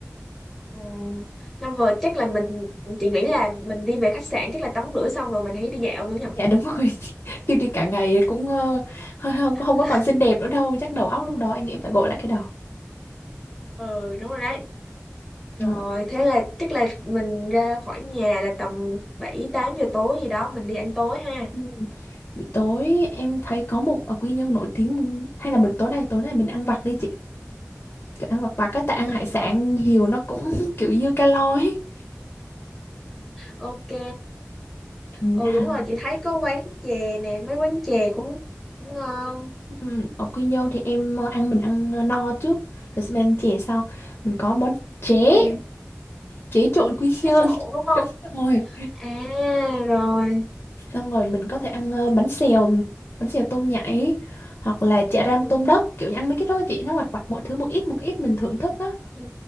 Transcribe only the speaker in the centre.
Ừ. Năm vừa chắc là mình chị nghĩ là mình đi về khách sạn chắc là tắm rửa xong rồi mình hãy đi dạo nữa nhỉ?
<laughs>
Ừ đúng rồi đấy. Rồi
thế là chắc là mình ra khỏi nhà là tầm 7 8 giờ tối gì đó mình đi ăn tối ha.
Ăn
vặt
hả?
Ok.
Ừ
đúng rồi, chị thấy có quán chè nè, mấy quán chè cũng cũng ngon.
Ừ,
thế
trộn
đúng không?
À rồi.
Ừ.
ừ.